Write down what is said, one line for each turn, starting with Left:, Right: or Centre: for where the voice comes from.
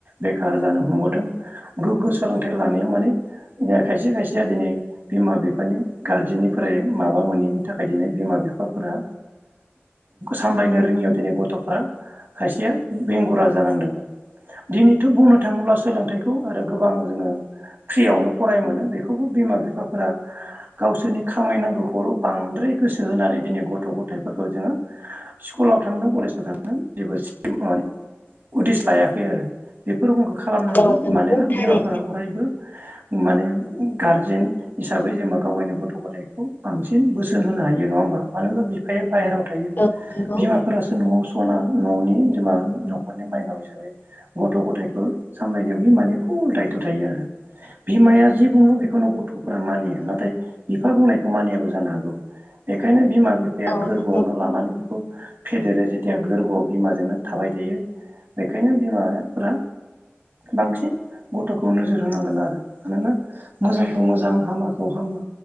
Right: बेखार जानो हमबोदों गोग्गो सोलोंथाइ लानायाव माने दा खायसे खायसेया दिनै बिमा बिफानि गारजेननिफ्राय माबा मोनैनि थाखाय दिनै बिमा बिफाफोरा सामलायनो रोंङियाव दिनै गथ'फ्रा खायसेया बेंगुरा जानांदों। दिनैथ' बुंनो थांङोब्ला सोलोंथाइखौ आरो गोबां जोंङो ‌ फ्रियावनो फरायोमोन बेखौबो बिमा बिफाफोरा गावसोरनि खामायनांगौखौल' बांद्राय गोसो होनानै दिनै गथ' गथायफोरखौ जोङो ‌ स्कुलाव थांदों कलेजाव थांदों जेबो <unintelligible> उदिस लायाखै आरो बेफोर रखमखौ खालामनाङा
Left: औ नंगौ
Right: मानोना
Left: थारैनो
Right: बिमाफोरा अरायबो माने गारजेन हिसाबै जेनेबा गाव गायनि गथ' गथायखौ बांसिन बोसोन होनो हायो नङा होमबा? मानोना बिफाया बाहेरायाव थायो
Left: औ नंगौ
Right: बिमाफोरासो न'आव सना न'नि बिमा न'खरनि माइनाव हिसाबै गथ' गथायाइखौ सामलायनायाव बिमानि फुल दायथ' थायो आरो बिमाया जि बुङो बेखौनो ग गथ'फोरा मानियो नाथाय बिफा बुंनायखौ मानियाबो जानो हागौ बेखायनो बिमा बि फाया
Left: औ
Right: गोरबोआवनो
Left: नंगौ
Right: लानानै बिखौ फेदेरो जेथिया गोरबोआव बिमाजोंनो थाबाय थायो। बेखायनो बिमाफोरा बांसिन गथ'खौ नोजोर होनांगोन आरो मानोना मोजांखौ मोजां हामाखौ हामा